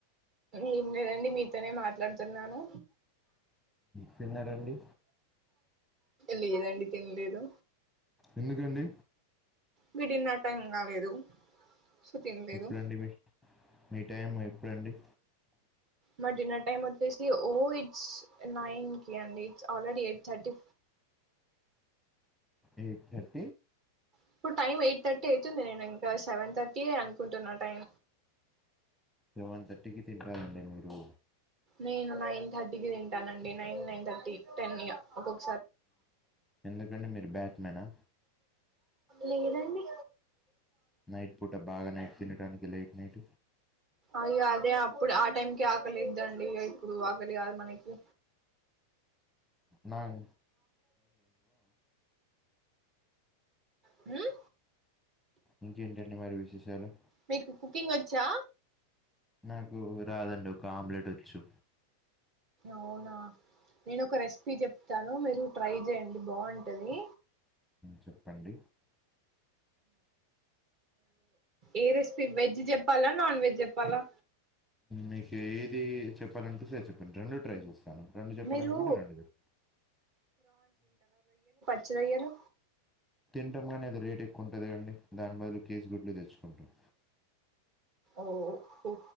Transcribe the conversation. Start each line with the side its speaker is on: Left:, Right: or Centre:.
Right: ఏం లేదండి మీతోనే మాట్లాడుతున్నాను
Centre: తిన్నారండి
Right: లేదండి తినలేదు
Centre: ఎందుకండి
Right: మీ డిన్నర్ టైం కాలేదు. సో తినలేదు
Centre: ఎప్పుడండి మీ మీ టైం అ ఎప్పుడండి
Right: మా డిన్నర్ టైమ్ ఒచ్చేసి ఓ ఇట్స్ నైన్ కి అండి ఆల్రెడీ ఎయిట్ థర్టీ
Centre: ఎయిట్ థ
Right: ఇప్పుడు టైమ్ ఎయిట్ థర్టీ అయితుంది నేను ఇంకా సెవెన్ థర్టీయే అనుకుంటున్నా టైం
Centre: లెవెన్ థర్టీకి తినరాదండి మీరు
Right: నేను నైన్ థర్టీకిి తింటానండి నైన్ నైన్ థర్టీ టెన్ ఇగ ఒక్కోక
Centre: ఎందుకండి మీ బ్యాట్మెనా
Right: లేదండి
Centre: నైట్ పూట బాగా నైట్ తినడానికి లేట్ నైట్
Right: అయో అదే ప్పుడు ఆ టైంకే ఆకలైద్దండి ఇప్పుడు ఆకలి కాదు మనకి
Centre: నా <inaudible>
Right: హ్మ్
Centre: ఇంకేంటండి మరి విశేషాలు
Right: మీకు కుకింగ్ వచ్చా
Centre: నాకు రాదండి ఒక ఆమ్లెట్ వచ్చు.
Right: అవునా నేను ఒక రెసిపీ చెప్తాను మీరు ట్రై చేయండి బాగుంటది.
Centre: చెప్పండి
Right: ఏ రెసిపీ వెజ్ చెప్పాలా, నాన్ వెజ్ చెప్పాలా
Centre: మీకు ఏది చెప్పాలనిపిస్తే అది చెప్ రెండు ట్రై చేస్తాను. రెండు చెప్పాలనుకుంటే
Right: మీరు
Centre: రెండు చెప్
Right: చ్చి రొయ్యలు
Centre: తింటాం కాని అది రేట్ ఎక్కువ ఉంటది కదండి దాని బదులు కేజి గుడ్లు తెచ్చుకుంటాం.
Right: ఓ హో